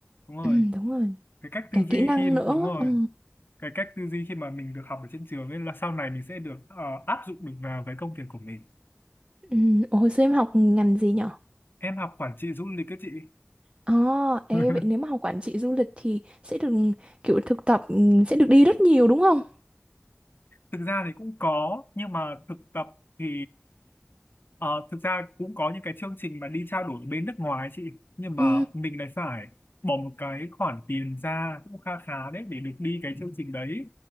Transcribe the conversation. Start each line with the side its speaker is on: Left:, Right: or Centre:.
Left: đúng rồi
Right: ừm, đúng rồi.
Left: cái cách tư
Right: Cả
Left: duy
Right: kỹ năng
Left: khi mà
Right: nữa.
Left: đúng rồi
Right: Ừ.
Left: cái cách tư duy khi mà mình được học ở trên trường ấy là sau này mình sẽ được ờ, áp dụng được vào cái công việc của mình
Right: Ừ. Ồ, hồi xưa em học ngành gì nhỉ?
Left: em học quản trị du lịch các chị
Right: Ồ, ê,
Left: <laughs>
Right: vậy nếu mà học quản trị du lịch thì sẽ được kiểu thực tập ừ, sẽ được đi rất nhiều đúng không?
Left: thực ra thì cũng có nhưng mà thực tập thì ờ, thực ra cũng có những cái chương trình mà đi trao đổi bên nước ngoài ấy chị nhưng mà
Right: Ừ,
Left: mình lại phải bỏ một cái khoản tiền ra cũng kha khá đấy để được đi cái chương trình đấy